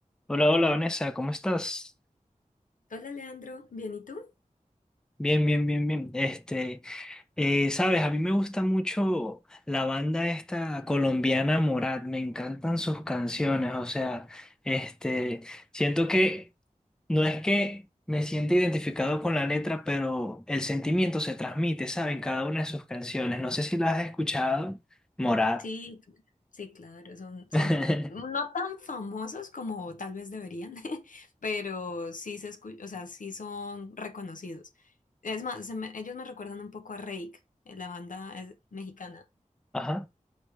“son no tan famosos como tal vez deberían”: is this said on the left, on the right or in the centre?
Left